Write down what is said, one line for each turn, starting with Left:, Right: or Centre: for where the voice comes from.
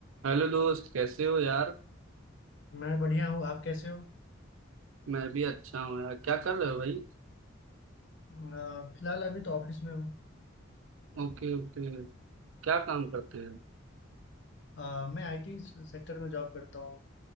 Right: Hello दोस्त कैसे हो यार
Left: मैं बढ़िया हूँ आप कैसे हो
Right: मैं भी अच्छा हूँ यार क्या कर रहे हो भाई
Left: अ, फिलहाल अभी तो ऑफिस में हूँ
Right: Okay okay क्या काम करते हैं
Left: अ, मैं आईटी सेक्टर में जॉब करता हूँ